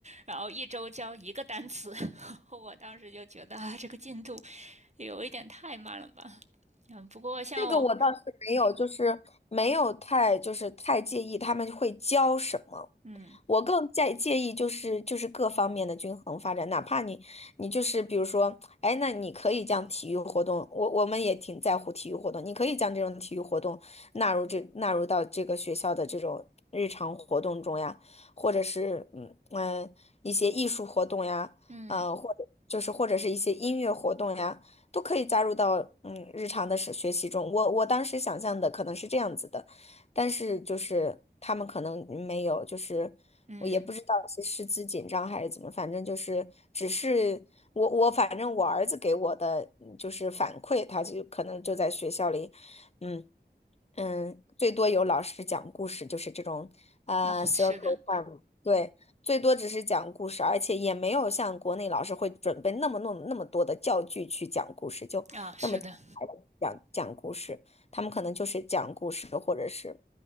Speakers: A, on the right; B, on the left.
A: 然后一周教一个单词，<laughs> 我当时就觉得啊，这个进度有一点太慢了吧。嗯，不过像我，
B: 这个我倒是没有，就是没有太就是太介意他们会教什么。
A: 嗯
B: 我更在介意就是就是各方面的均衡发展，哪怕你你就是比如说，哎，那你可以将体育活动，我我们也挺在乎体育活动，你可以将这种体育活动纳入这纳入到这个学校的这种日常活动中呀，或者是嗯嗯一些艺术活动呀，
A: 嗯
B: 呃或者就是或者是一些音乐活动呀。都可以加入到嗯日常的是学习中。我我当时想象的可能是这样子的，但是就是他们可能没有，就是我也不知道是师资紧张还是怎么，
A: 嗯，
B: 反正就是只是我我反正我儿子给我的嗯就是反馈，他就可能就在学校里，嗯。嗯，最多有老师讲故事，就是这种呃
A: 哦，
B: circle
A: 是的，
B: time，对，最多只是讲故事，而且也没有像国内老师会准备那么那么那么多的教具去讲故事，就那么精彩地讲讲故事，
A: 啊、是的，
B: 他们可能就是讲故事，或者是